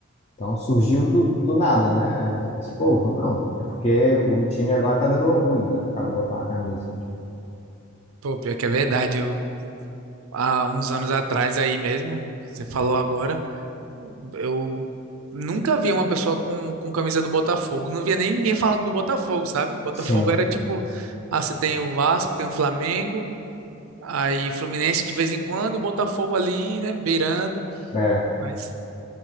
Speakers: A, on the left; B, on the right.
A: Então surgiu do, do nada, né? Esse povo. Não. É porque o time agora tá dando orgulho, né? Do cara botar uma camisa.
B: Pô, pior que é verdade. Eu, há uns anos atrás aí mesmo, você falou agora. Eu nunca vi uma pessoa com, com camisa do Botafogo. Não via nem ninguém falando do Botafogo, sabe? O Botafogo
A: Sim.
B: era tipo, ah, você tem o Vasco, tem o Flamengo, aí Fluminense de vez em quando, e o Botafogo ali, né, beirando.
A: É.
B: Mas,